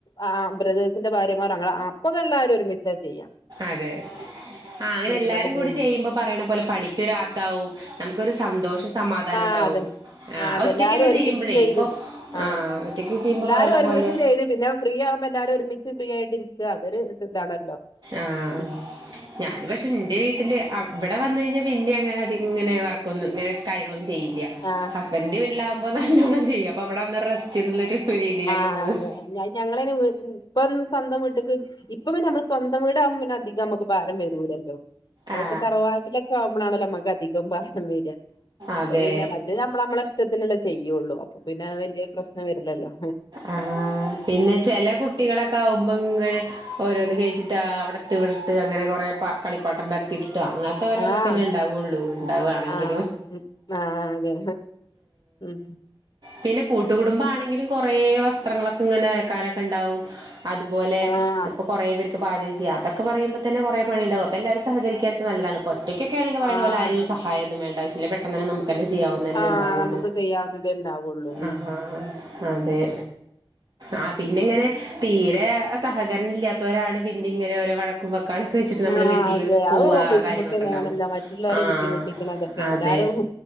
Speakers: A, on the left (about 50°); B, on the right (about 55°).
A: ആ ബ്രദേഴ്സിന്റെ ഭാര്യമാർ അങ്ങനെ അപ്പം <unintelligible> ഒരുമിച്ച ചെയ്യാം
B: അതെ ആ അങ്ങനെ
A: വീട്ടിലൊക്കെ
B: എല്ലാരും കൂടി
A: പോകും
B: ചെയ്യുമ്പോ പറയണ പോലെ പണിക്കൊരാക്കാവും നമുക്കൊരു സന്തോഷം സമാധാനം ഉണ്ടാവും
A: ആതൻ ആ അതെ
B: ഒറ്റക്കൊക്കെ
A: എല്ലാരും ഒരുമിച്ച്
B: ചെയ്യുമ്പോഴേ
A: ചെയ്ത്
B: ഇപ്പൊ
A: ആഹ്
B: ആ ഒറ്റക്ക് ചെയ്യുമ്പോ
A: എല്ലാരും
B: പറയണ
A: ഒരുമിച്ച്
B: പോലെ
A: ചെയ്ത് പിന്നെ ഫ്രീ എല്ലാരും ഒരുമിച്ച് ഫ്രീ ആയിട്ട് ഇരിക്കുവ അവർ ഇതാണല്ലോ
B: ആഹ
A: ഉം
B: ഞാന് പക്ഷെ എന്റെ വീട്ടില് അവിടെ വന്ന് കഴിഞ്ഞാ പിന്നെ അങ്ങനെ അധികം ഇങ്ങനെ വർക്കൊന്നും ഇങ്ങനെ കാര്യങ്ങളൊന്നും ചെയ്യില്ല
A: ആഹ്
B: ഹുസ്ബൻഡിന്റെ വീട്ടിലാകുമ്പോ നല്ലോണം ചെയ്യും അപ്പൊ അവിടെ ഒന്ന് റെസ്റ്റ് എന്നുള്ളൊരു രീതിയിൽ
A: ആഹ
B: അങ്ങോട്ട് പോകും
A: അതെ ഞ ഞങ്ങളെ ഇപ്പൊന്ന് സ്വന്തം വീട്ടിക്ക് ഇപ്പം നമ്മൾ സ്വന്തം വീടാകുമ്പോ അധികം നമുക്ക് ഭാരം വരൂല്ലല്ലോ അതൊക്കെ
B: ആ
A: തറവാട്ടിലൊക്കെ ആവുമ്പോളാണല്ലോ നമുക്ക് അധികം ബാരം വരിക
B: അതെ
A: അപ്പൊ പിന്നെ മറ്റേ നമ്മൾ നമ്മളെ ഇഷ്ടത്തിനല്ലേ ചെയ്യുള്ളു അപ്പൊ പിന്നെ വലിയ പ്രശ്നം വരൂല്ലല്ലോ
B: ആഹ പിന്നെ ചെല കുട്ടികളൊക്കെ ആകുമ്പോ ഇങ്ങനെ ഓരോന്ന് കഴിച്ചിട്ട് അവിടെ ഇട്ടുവിടുത്ത് അങ്ങനെ കൊറേ കളിപ്പാട്ടം വരുത്തി അങ്ങനത്തെ ഓരോന്നൊക്കെ
A: ആഹ്
B: ഉണ്ടാവുള്ളു ഉണ്ടാവുവാണെങ്കിലും
A: ആഹ് ഉം ആഹ് അതെ ഉം
B: പിന്നെ കൂട്ടുകുടുംബാണെ എങ്കിലും കുറേ വത്രങ്ങളൊക്കെ ഇങ്ങനെ അക്കാനൊക്കെ ഉണ്ടാവും അതുപോലെ
A: ആഹ്
B: ഇപ്പ കുറേ പേ പാചകം ചെയ്യ അതൊക്കെ പറയുമ്പം തന്നെ കുറേ പണിയുണ്ടാവും അപ്പോ എല്ലാവും സഹകരിക്കാൻ നല്ലാണ് ഇപ്പോ ഒറ്റയ്ക്ക് ഇക്ക ആണെങ്കിൽ പറയണപോലെ
A: ആഹ്
B: ആര്
A: അതെ
B: സഹായ ഒന്നും വേണ്ട ആവിശ്യമില്ല പെട്ട തന്നെ നമ തന്നെ ചെയ്യാവുന്ന തന്നെ
A: ആഹ്
B: ഉണ്ടാവുള്ളു
A: നമുക്ക് ചെയ്യാവുന്നതേ ഉണ്ടാവുള്ളൂ ഉം
B: അ ആഹ അതെ ആ പിന്നിങ്ങനെ തീരെ സഹകരണം ഇല്ലാത്തവരാണ് ഇങ്ങനെ ഓരോ വഴക്കും വെക്കാനൊക്കെ വെച്ചിട്ട് നമ്മൾ
A: ആഹ്
B: വീട്ടില്
A: അതെ അത്
B: പോവ
A: ബുദ്ധിമുട്ട്
B: കാര്യങ്ങളൊക്കെ
A: തന്നെയാണല്ലോ
B: ഉണ്ടാവു
A: മറ്റുള്ളവരെ
B: ആ
A: ബുദ്ധിമുട്ടിക്കണതൊക്കെ
B: അതെ
A: എല്ലാരും